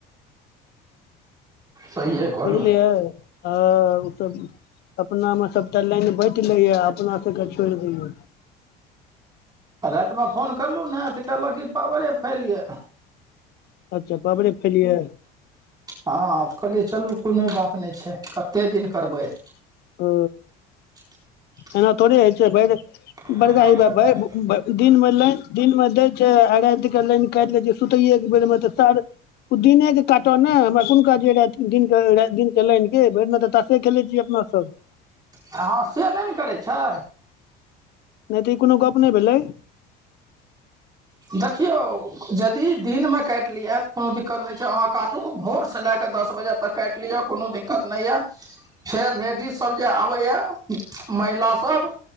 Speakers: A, on the right (about 20°); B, on the left (about 60°).
A: सहिए कहलु
B: बुझलियै आ ओ सब अपनामे सब लाइन बैट लैया अपना सबके छोड़ दैया
A: आ रातिमे फोन करलहुँ ने तऽ कहलक ई पावरे फैल यए
B: अच्छा पाबड़े फलियै
A: हँ ऽ कहलियै चलू कोनो बात नहि छै कतेक दिन करबै
B: ओ
A: <inaudible>
B: एना थोड़े होइ छै भरि
A: हँ
B: बद्घाई भाई ह भ दिन मे दिन मे दै <unintelligible> अ राति क लाईन काट लै छै सुतैये के बेर में त सार ओ दिने क काट ने हमरा कोन काज राति दिन के लाइन के भैर दीन त तासे खेले छी अपना सभ
A: हँ से नइ नइ करै छै
B: नइ तऽ ई कोनो गप्प नइ भेलै
A: देखियौ जदि दिनमे काटि लिआत कोनो दिक्कत नइ छै अहाँ काटू भोर से लए क दस बजे तक काटि लिय कोनो दिक्क कत नइऽय फेर लेडीज सब जे आबेय महिला सब